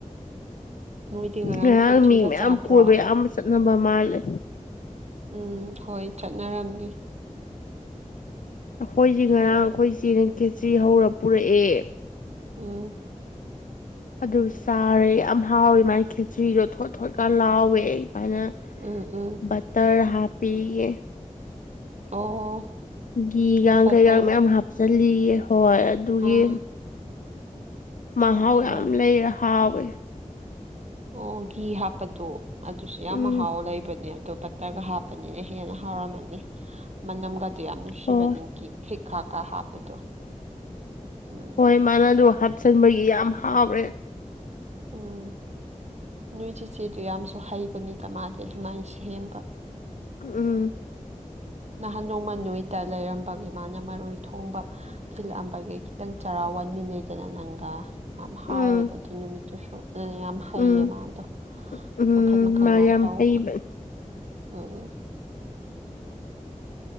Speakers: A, on the right; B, on the left.
A: ꯅꯣꯏꯗꯤ
B: ꯉꯔꯥꯡ
A: ꯈꯦꯆꯤꯒ
B: ꯃꯤ ꯃꯌꯥꯝ
A: ꯆꯥꯗ꯭ꯔꯣ
B: ꯀꯣꯏꯕ ꯑꯌꯥꯝꯕ ꯆꯠꯅꯕ ꯃꯥꯜꯂꯦ
A: ꯎꯝ ꯍꯣꯏ ꯆꯠꯅꯔꯝꯅꯤ
B: ꯑꯩꯈꯣꯏꯖꯤ ꯉꯔꯥꯡ ꯑꯩꯈꯣꯏ ꯆꯦꯅꯥ ꯈꯦꯆ꯭ꯔꯤ ꯍꯧꯔ ꯄꯨꯔꯛꯑꯦ
A: ꯎꯝ
B: ꯑꯗꯨ ꯆꯥꯔꯦ ꯌꯥꯝ ꯍꯥꯎꯋꯦ ꯃꯥꯥꯏ ꯈꯦꯛꯆ꯭ꯔꯤꯗꯣ ꯊꯣꯠ ꯊꯣꯠꯀ ꯂꯥꯎꯋꯦ ꯑꯗꯨꯃꯥꯏꯅ
A: ꯎꯝ ꯎꯝ
B: ꯕꯇꯔ ꯍꯥꯞꯄꯤꯌꯦ
A: ꯑꯣ
B: ꯒꯤꯘꯤꯒꯥꯡ
A: ꯕꯇꯔ
B: ꯀꯩꯒ ꯃꯌꯥꯝ ꯍꯥꯞꯆꯜꯂꯤꯌꯦ ꯍꯣꯏ ꯑꯗꯨꯒꯤ
A: ꯑꯥ
B: ꯃꯍꯥꯎ
A: ꯑꯣ
B: ꯌꯥꯝ ꯂꯩꯔ ꯍꯥꯎꯋꯦ
A: ꯑꯣ ꯘꯤ ꯍꯥꯞꯄꯗꯣ ꯑꯗꯨꯁꯨ ꯌꯥꯝ
B: ꯎꯝ
A: ꯃꯍꯥꯎ ꯂꯩꯕꯅꯦ ꯑꯗꯨꯣ ꯍꯇꯔꯒ ꯍꯥꯞꯄꯅꯤꯅ ꯍꯦꯟꯅ ꯍꯥꯎꯔꯝꯃꯅꯤ ꯃꯅꯝꯒꯗꯨ ꯌꯥꯝ ꯅꯨꯡꯁꯤꯕ
B: ꯍꯣꯏ
A: ꯅꯤꯡ ꯀꯤ ꯊꯤꯛ ꯈꯥꯀꯥ ꯍꯥꯄꯖꯣ ꯎꯝ
B: ꯍꯣꯏ ꯃꯥꯅ ꯑꯗꯨ ꯍꯥꯞꯆꯤꯟꯕꯒꯤ ꯌꯥꯝ ꯍꯥꯎꯔꯦ
A: ꯎꯝ ꯅꯣꯏ ꯆꯤꯆꯦꯗꯨ ꯌꯥꯝꯁꯨ ꯍꯩꯕꯅꯤꯗ ꯃꯥꯗꯤ ꯑꯗꯨꯃꯥꯏꯅ ꯁꯦꯝꯕ
B: ꯎꯝ
A: ꯅꯍꯥꯟ ꯅꯣꯡꯃ ꯅꯣꯏꯗ ꯂꯩꯔꯝꯕꯒꯤ ꯃꯥꯅ ꯃꯔꯣꯏ ꯊꯣꯡꯕ ꯊꯤꯜꯂꯛꯑꯝꯕꯒ ꯈꯤꯇꯪ ꯆꯔꯥꯎ ꯋꯥꯟꯃꯤꯟꯅꯩꯗꯅ ꯅꯪꯒ ꯌꯥꯝ ꯍꯥꯎꯋꯦꯕ
B: ꯎꯝ
A: ꯑꯗꯨꯏ ꯅꯨꯃꯤꯠꯇꯨꯁꯨ ꯑꯗꯨꯅ ꯌꯥꯝ ꯍꯩꯌꯦ
B: ꯎꯝ
A: ꯃꯥ ꯑꯗꯣ
B: ꯎꯝ
A: ꯃꯈꯜ ꯃꯈꯜꯒ
B: ꯃꯥ ꯌꯥꯝ
A: ꯇꯧꯕ
B: ꯍꯩꯕꯅꯦ
A: ꯎꯝ